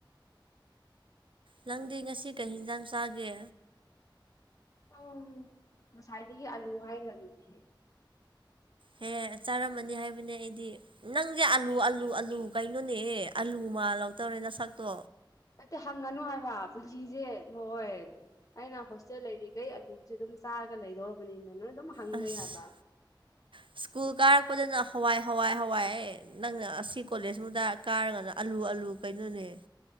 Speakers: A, on the right; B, on the left.
A: ꯅꯪꯗꯤ ꯉꯁꯤ ꯀꯩ ꯌꯦꯟꯁꯥꯡ ꯆꯥꯒꯦ
B: ꯑ ꯉꯁꯥꯏꯗꯒꯤ ꯑꯂꯨ ꯍꯥꯏꯈ꯭ꯔ ꯑꯗꯨꯗꯤ <inaudible>
A: ꯍꯦ ꯆꯥꯔꯝꯃꯅꯤ ꯍꯥꯏꯕꯅꯦ ꯑꯩꯗꯤ ꯅꯪꯁꯦ ꯑꯂꯨ ꯑꯥꯂꯨ ꯑꯥꯂꯨ ꯀꯩꯅꯣꯅꯦ ꯑꯥꯂꯨ ꯃꯥ ꯂꯧꯕ ꯅ ꯁꯥꯛꯇꯣ
B: ꯑꯠꯇ ꯍꯪꯉꯅꯨ ꯍꯥꯏꯕ ꯄꯨꯟꯁꯤꯁꯦ ꯍꯣꯏ ꯑꯩꯅ ꯍ ꯁꯦ ꯂꯩꯔꯤꯈꯩ ꯑꯗꯨꯁꯦ ꯑꯗꯨꯝ ꯆꯥꯔꯒ ꯂꯩꯗꯧꯔꯕꯅꯤꯅ ꯅꯣꯏ ꯑꯗꯨꯝ ꯍꯪ
A: ꯑꯁ
B: ꯂꯩꯦ ꯍꯥꯏꯕ
A: ꯁ꯭ꯀꯨꯜ ꯀꯥꯔꯛꯄꯗꯅ ꯍꯋꯥꯏ ꯍꯋꯥꯏ ꯍꯋꯥꯏ ꯅꯪꯅ ꯑꯁꯤ ꯀꯣꯂꯦꯖꯃꯨꯛꯇ ꯀꯥꯔꯒꯅ ꯑꯥꯂꯨ ꯑꯥꯂꯨ ꯀꯩꯅꯣ ꯅꯦ